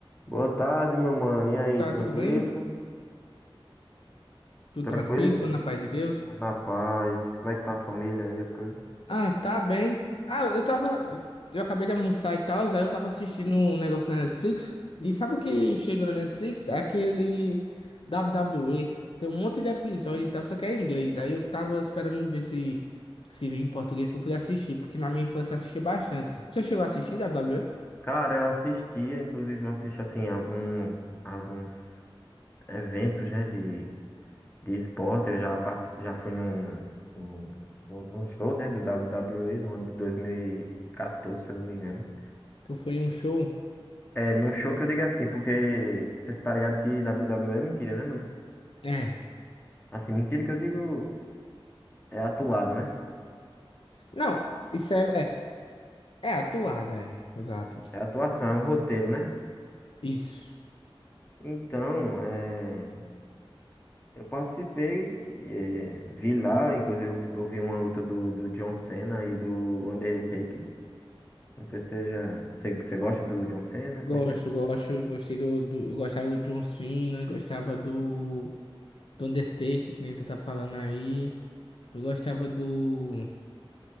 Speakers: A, on the left (about 20°); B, on the left (about 65°).
A: Boa tarde, meu mano. E aí,
B: Tá
A: tranquilo?
B: tudo bem? Tudo
A: Tranquilo,
B: tranquilo?
A: irmão?
B: Tudo na paz de Deus?
A: Tudo na paz. Como é que tá a família aí, as coisas?
B: Ah, tá bem. Ah, eu tava. Eu acabei de almoçar e tal, aí eu tava assistindo um negócio na Netflix. E sabe o que chega na Netflix? É aquele WWE. Tem um monte de episódio e tal, só que é em inglês. Aí eu tava esperando ver se se vinha em português pra eu poder assistir, porque na minha infância eu assistia bastante. Já chegou a assistir WWE?
A: Cara, eu assistia, inclusive eu assisto assim alguns alguns eventos, né, de, de esporte. Eu já partici- já fui num, num, num show, né, do WWE no ano de 2014, se eu não me engano.
B: Tu foi em um show?
A: É, num show que eu digo assim, porque você tá ligado que WWE é mentira, né, mano?
B: É.
A: Assim, mentira que eu digo é atuado, né?
B: Não, isso é. É, é atuada, é. Exato.
A: É atuação, é um roteiro, né?
B: Isso.
A: Então, é, eu participei, é, vi lá, inclusive eu vi uma luta do, do John Cena e do Undertaker. Não sei se você já, você, você gosta do John Cena,
B: Gosto,
A: como é que é?
B: gosto, gostei do, do- eu gostava do John Cena, gostava do, do Undertaker, que nem tu tá falando aí. Eu gostava do,